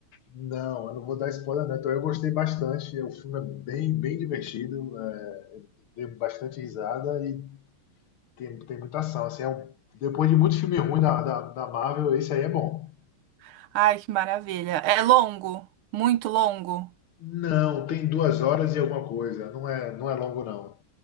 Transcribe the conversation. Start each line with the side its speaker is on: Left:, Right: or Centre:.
Left: Não, eu não vou dar spoiler, né? Então eu gostei bastante. O filme é bem, bem divertido. é, deu bastante risada e tem, tem muita ação. Assim, é um- depois de muito filme ruim da, da, da Marvel, esse aí é bom.
Right: <laughs> Ai, que maravilha. É longo? Muito longo?
Left: Não, tem duas horas e alguma coisa. Não é, não é longo, não.